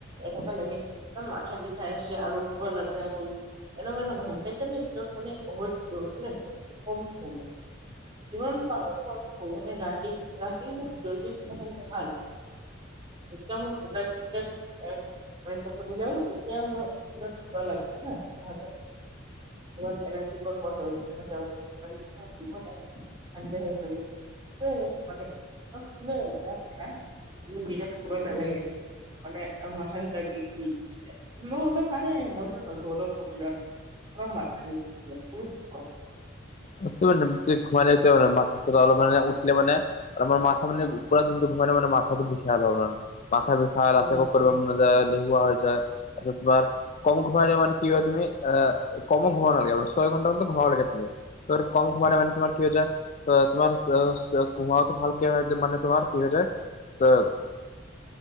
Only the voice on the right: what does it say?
এনেকুৱা লাগে ইমান মাথাৰ বিখ চাই আছে আৰু শুব নেলাগে আৰু এনেকুৱা এনেকুৱা হয় সেইকাৰণে এইটো মানে হয় মানে কম সময় যিমান পাৰো ক ক মানে ৰাতি ৰাতিৰ ন জলদি শুলে হেনো ত ভাল। <unintelligible> তেওঁ মোৰ অলপ সুবিধা লাগব না নহ'লে। <unintelligible> <unintelligible> কিমান হ'ল হানড্ৰেড মানে বেয়া দিনত শুবা নালাগে। শুলে আৰু মাথা-চাথা বিষ কৰি থাকে। অন অন পাৰে মইতো ন শুলেও ক্ষতি নাই আমাৰ মাথা বিখ কৰে, শুনিছো ক
উম